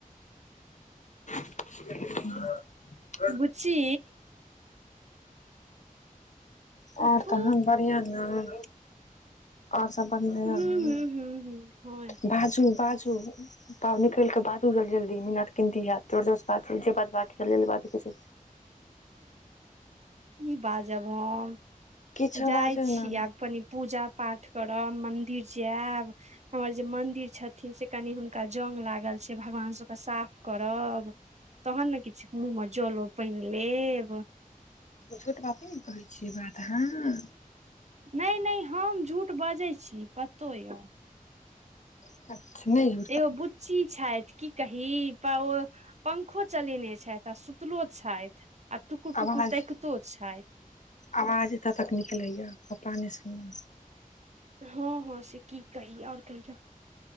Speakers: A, on the left (about 55°); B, on the right (about 50°).
A: हूँ। <unintelligible>
B: बुच्ची। उठू
A: और तहन बढ़िआँ न। और सब बढ़िआँ
B: हूं हूं
A: य न
B: हूं हूं हँ
A: बाजू - बाजू। तब निकलि कऽ बाजू जल्दी - जल्दी मिनट किमती हयैत, जोर -जोर से बाजू, जे बाजबाक जल्दी- जल्दी बाजू किछो।
B: की बाजब हम।
A: किछो
B: जाइ
A: बाजू
B: छी
A: ने
B: आब कनि पूजा पाठ करब, मन्दिर जायब। हमर जे मन्दिर छथिन, से कनि हुनका जंग लागल छै, भगवान सभकेँ साफ करब। तहन ने किछु मुँह मे जलो- पाइन लेब।
A: झूठ बात नैने कहै छियै बात अहाँ।
B: नै- नै हम झूठ बजैत छी, पतो यए।
A: । <unintelligible>
B: एगो बुच्ची छैथ। कही प ओ पंखो चलेने छथि आ सुतलो छैथ। आ टुकुर - टुकुर
A: आवाज
B: तैकतो छैथ।
A: आवाज एतऽ तक निकलैए पप्पा नहि सुनऽ।
B: हँ - हँ से की कहि, और कहियौ।